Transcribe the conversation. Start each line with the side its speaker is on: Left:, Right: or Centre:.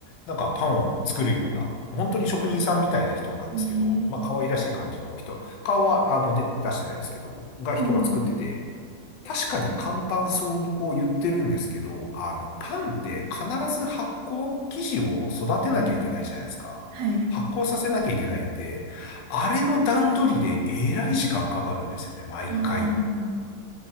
Left: なんかパンを作るような、本当に職人さんみたいな人なんですけど、
Right: ええ
Left: まあ可愛らしい感じの人は、顔はあので出してないですけど、が人が作ってて、
Right: うん。
Left: 確かに簡単そうにこう言ってるんですけど、あの、パンって必ず発酵、生地を育てなきゃいけないじゃないですか。
Right: うんはい。
Left: 発酵させなきゃいけないんで、あれの段取りでえらい時間かかるんですよね、毎回。
Right: ああ。